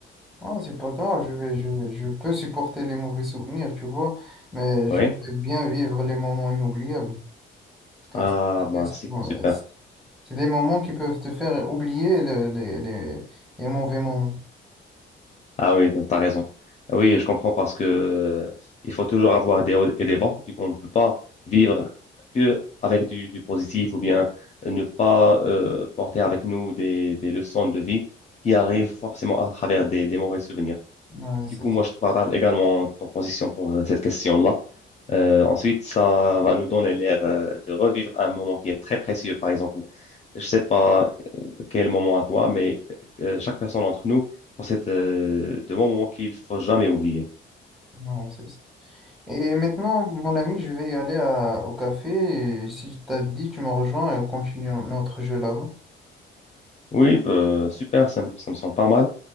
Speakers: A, in the centre; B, on the left.
A: Non, c'est pas grave, je vais, je vais- je peux supporter les mauvais souvenirs, tu vois, mais j'aimerais
B: Oui?
A: bien vivre les moments inoubliables, car
B: Ah,
A: tu sais,
B: bah
A: ce
B: c'est
A: sont,
B: super.
A: euh, c'est des moments qui peuvent te faire oublier le- les, les- les mauvais moments.
B: Ah oui, t'as raison. Oui, je comprends parce que euh, il faut toujours avoir des hauts et des bas. Du coup, on ne peut pas vivre que avec du, du positif ou bien ne pas euh, porter avec nous des, des leçons de vie qui arrivent forcément à travers des des mauvais souvenirs.
A: Ouais,
B: Du
A: c'est
B: coup,
A: ça.
B: moi, je te partage également ton position pour euh, cette question-là. Euh, ensuite, ça va nous donner l'air euh, de revivre un moment qui est très précieux. Par exemple, je sais pas quel moment à toi, mais euh, chaque personne d'entre nous possède euh, de bons moments qu'il faut jamais oublier.
A: Ouais, c'est ça. Et maintenant, mon ami, je vais y aller à- au café. Et si tu t'as dit, tu me rejoins et on continue notre jeu là-bas.
B: Oui, euh, super, ça, me- ça me semble pas mal.